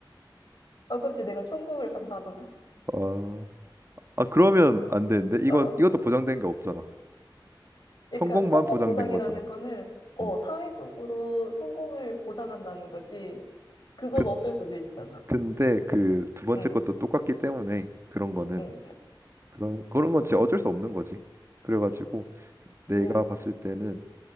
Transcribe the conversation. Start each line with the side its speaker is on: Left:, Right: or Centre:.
Left: 아, 그치, 내가 천국을 간다던가.
Right: 아, 아 그러면 안 되는데 이건
Left: <laughs>
Right: 이것도 보장된 게 없잖아.
Left: 그러니까
Right: 성공만
Left: 성공
Right: 보장된
Left: 보장이라는
Right: 거잖아.
Left: 거는 어,
Right: 음.
Left: 사회적으로 성공을 보장한다는 거지. 그건
Right: 그,
Left: 없을 수도 있잖아.
Right: 근데 그 두 번째
Left: 응,
Right: 것도 똑같기 때문에 그런 거는
Left: 응,
Right: 그런 그런 건 진짜 어쩔 수 없는 거지. 그래가지고 내가
Left: 응,
Right: 봤을 때는